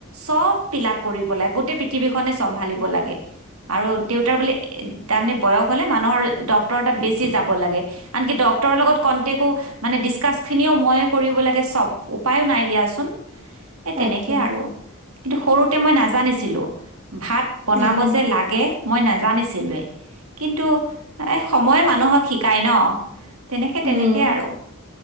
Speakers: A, on the right; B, on the right.
A: চব পিলাক কৰিব লাগে গোটেই পৃথিৱী খনে চম্ভালিব লাগে, আৰু দেউতাৰ বোলে তাৰমানে বয়স হলে মানুহৰ ডক্টৰ তাত বেছি যাব লাগে আনকি ডক্টৰ লগত কন্টেক্ মানে ডিচকাচ খিনিও মই কৰিব লাগে সব উপায়ো নাই দিয়াচোন। এ
B: তাকে
A: তেনেকে এ আৰু। কিন্তু সৰুতে মই নাজানিছিলোঁ। ভাত বনাব
B: উম,
A: যে লাগে মই নাজানিছিলোৱে। কিন্তু এ সময়ে মানুহক শিকায় ন। তেনেকে
B: উম,
A: তেনেকেই আৰু